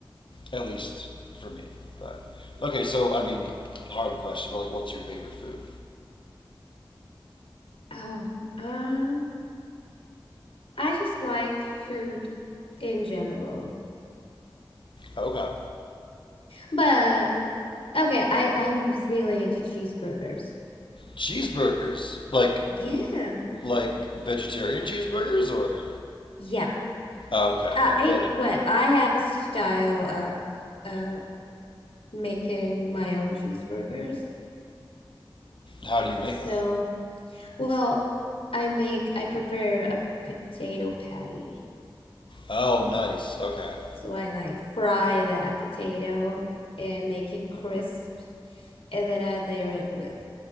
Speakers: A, on the left; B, on the left.
A: at least for me. But okay, so I mean, hard question, but like, what's your favorite food?
B: Oh, um I just like food in general.
A: Okay,
B: But okay, I I'm really into cheeseburgers.
A: cheeseburgers, like
B: Yeah.
A: like vegetarian cheeseburgers or
B: Yep.
A: okay,
B: Uh,
A: like
B: it,
A: veg.
B: well, I have a style of uh making my own cheeseburgers.
A: How do you make
B: So,
A: them?
B: well, I make I prepare a potato patty.
A: Oh, nice. Okay.
B: So I like fry that potato and make it crisp and then I layer it with